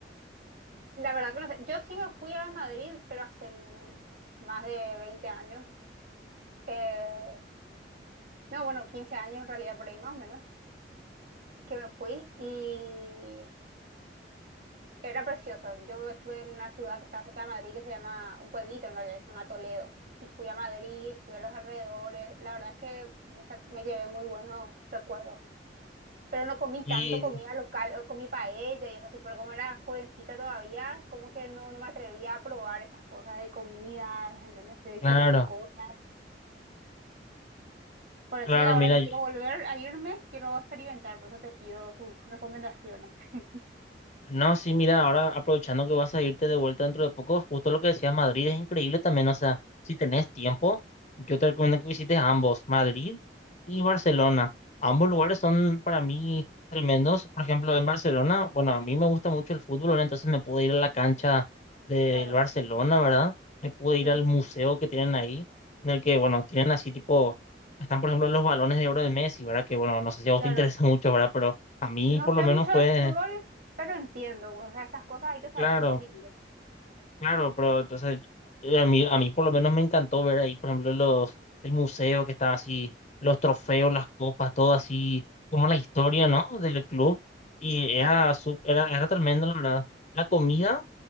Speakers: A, on the right; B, on the left.
A: la verdad que no sé. Yo sí me fui a Madrid, pero hace un- más de 20 años. Eh, no, bueno, 15 años en realidad, por ahí más o menos, que me fui y era precioso. Yo estuve en una ciudad que está cerca de Madrid que se llama, un pueblito en realidad que se llama Toledo. Y fui a Madrid, fui a los alrededores. La verdad es que me, sa- me llevé muy buenos recuerdos. pero no comí
B: Y
A: tanto comida local, o comí paella y eso así, pero como era jovencita todavía, como que no, no me atrevía a probar esas cosas de comida ¿entendés? De diferentes
B: claro,
A: cosas. Por eso
B: claro,
A: que ahora
B: mira,
A: que quiero volver a irme, quiero experimentar, por eso te pido tus recomendaciones. <laughs>
B: No, sí, mira, ahora aprovechando que vas a irte de vuelta dentro de poco, justo lo que decías, Madrid es increíble también, o sea, si tenés tiempo, yo te recomiendo que visites ambos, Madrid y Barcelona. Ambos lugares son para mí tremendos, por ejemplo, en Barcelona, bueno, a mí me gusta mucho el fútbol, ¿verdad? entonces me pude ir a la cancha del
A: Claro,
B: Barcelona, ¿verdad? Me pude ir
A: sí,
B: al museo que tienen ahí, en el que, bueno, tienen así tipo, están por ejemplo los balones de oro de Messi, ¿verdad? Que, bueno, no sé si a vos
A: claro.
B: te interesa <laughs> mucho, ¿verdad? Pero a mí
A: No
B: por
A: sé
B: lo menos
A: mucho
B: fue,
A: de fútbol, pero entiendo, o sea, esas cosas hay que saber
B: claro.
A: un poquitito.
B: Claro, pero entonces eh, a mí, a mí por lo menos me encantó ver ahí, por ejemplo, los, el museo que estaba así, los trofeos, las copas, todo así, como la historia, ¿no? Del club. Y era,
A: Claro,
B: sup- era, era tremendo, la verdad. La comida